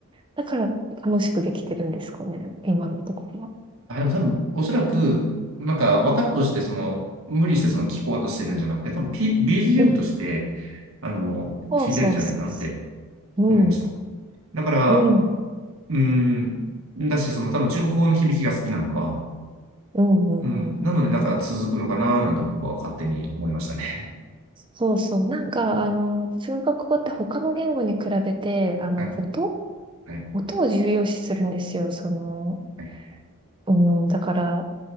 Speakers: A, on the right; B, on the right.
A: だから、楽しくできてるんですかね。今のところは。
B: あ、でも多分、おそらく、なんか、分からんとして、その、無理してその聞こうとしてるんじゃなくて、多分、P、BGM
A: うん
B: として、あの、
A: そうそうそうそ
B: 聞いてるんじゃないかなって
A: う。うん。
B: 思いました。だから、
A: うん。
B: うーん、だし、その、多分、中国語の響きが好きなのか、
A: うんうんうん
B: うん、なので、なんか続くのかな、なんて僕は勝手に思いましたね。
A: そうそう。なんか、あの、中国語って他の言語に比べて、あの、
B: <laughs> はい、
A: 音
B: はい、
A: 音を重要視するんですよ。その、
B: はい。
A: うん、だから、